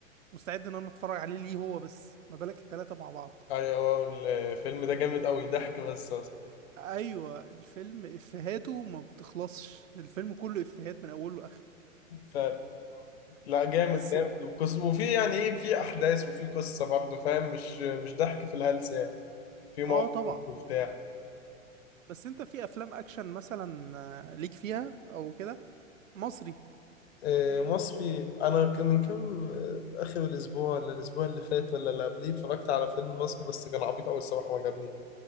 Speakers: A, on the right; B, on the left.
A: مستعد ان انا اتفرج عليه ليه هو بس ما بالك التلاته مع بعض
B: ايوه الفيلم ده جامد قوي ضحك بس اصلا
A: ايوه الفيلم افهاته ما بتخلصش الفيلم كله افهات من اوله لاخره
B: ف لا جامد
A: بس
B: جامد وقص- وفي يعني ايه في احداث وفي قصه برضه فاهم مش مش ضحك في الهلس يعني في مواقف
A: اه طبعا
B: وبتاع
A: بس انت في افلام اكشن مثلا آه، ليك فيها او كده مصري
B: آه، مصفي انا كان من كام آه، اخر الاسبوع ولا الاسبوع اللي فات ولا اللي قبليه اتفرجت على فيلم مصري بس كان عبيط قوي الصراحه ما عجبني